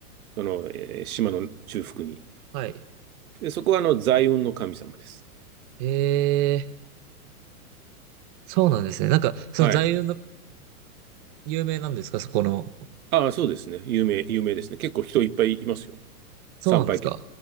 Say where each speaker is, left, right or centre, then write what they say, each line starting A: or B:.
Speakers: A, on the right; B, on the right.
A: その、えー島の中腹に。
B: はい。
A: で、そこはあの、財運の神様です。
B: ええ、そうなんですね。なんか、その座右の
A: はい。
B: 有名なんですかそこの。
A: ああ、そうですね。有名、有名ですね。結構人いっぱいいますよ。
B: そうなんですか。
A: 参拝客。